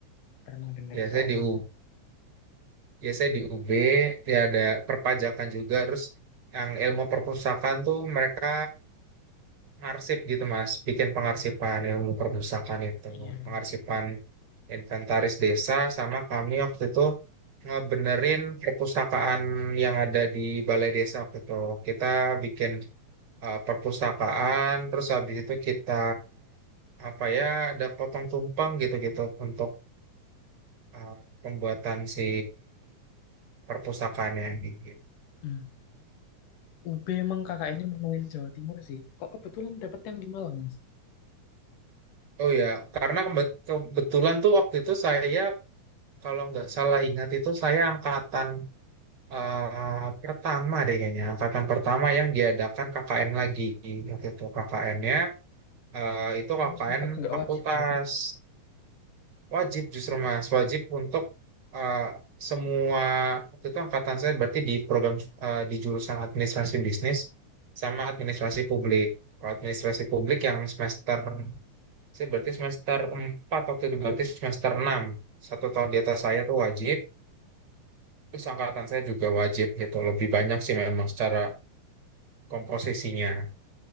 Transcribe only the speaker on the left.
pernah dengar
soalnya.
Iya, iya.
Hmm. UB emang kakaknya nya menuin Jawa Timur sih. Kok kebetulan dapet yang di Malang, Mas?
Oh, sempet nggak
wajib berarti.